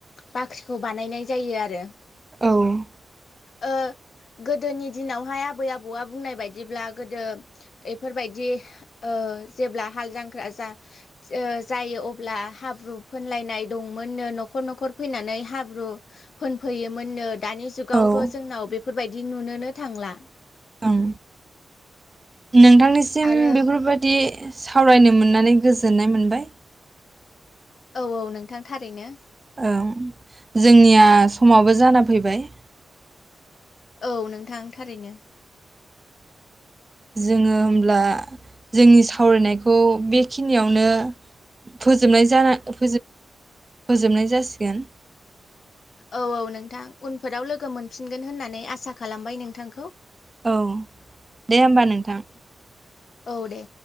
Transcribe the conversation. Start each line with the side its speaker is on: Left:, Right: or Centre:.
Left: बाख्रिखौ बानायनाय जायो आरो।
Right: औ ।
Left: ओ गोदोनि दिनावहाय आबै आबौआ बुंनाय बायदिब्ला गोदो एफोरबायदि ओ जेब्ला हाल जांख्रा जा ओ जायो । अ ब्ला हाब्रु फोनलायनाय दंमोननो, न'खर न'खर फैनानै हाब्रु फोनफैयोमोननो । दानि जुगावथ'
Right: औ ओं
Left: जोंनाव बेफोरबायदि नुनोनो थांला
Right: ओं नोंथांनिसिम
Left: आरो
Right: बेफोरबायदि सावरायनो मोननानै गोजोननाय मोनबाय
Left: औ औ नोंथां थारैनो
Right: ओं जोंनिया समाबो जाना फैबाय
Left: औ नोंथां थारैनो
Right: जोङो होमब्ला जोंनि सावरायनायखौ बेखिनियावनो फोजोबनाय जा जानोब फोजोबनाय जासिगोन।
Left: औ औ नोंथां उनफोराव लोगो मोनफिनगोन होननानै आसा खालामबाय नोंथांखौ।
Right: औ दे होमबा नोंथां।
Left: औ दे